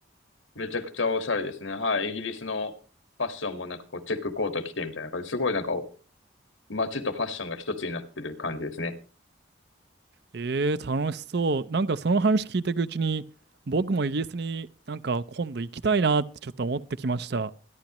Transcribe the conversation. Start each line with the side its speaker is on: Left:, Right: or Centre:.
Left: めちゃくちゃおしゃれですね。はい。イギリスのファッションもなんかこうチェックコート着てみたいな感じ。すごいなんかお街とファッションが一つになってる感じですね。
Right: えー、楽しそう。なんかその話聞いていくうちに、僕もイギリスになんか今度行きたいなってちょっと思ってきました。